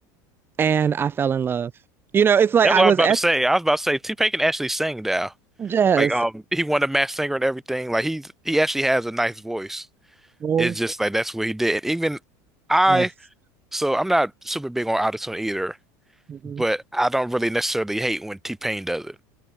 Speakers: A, on the right; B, in the centre.
A: And I fell in love. You know, it's like
B: That's
A: I
B: what
A: was
B: I was about
A: at
B: to say. I was about to say T-Pain can actually sing now.
A: Yes,
B: Like um he won a Masked Singer and everything. Like he's he actually has a nice voice.
A: Oh,
B: It's just like that's what he did. And even I
A: yes.
B: so I'm not super big on autotune either,
A: hmm
B: but I don't really necessarily hate when T-Pain does it.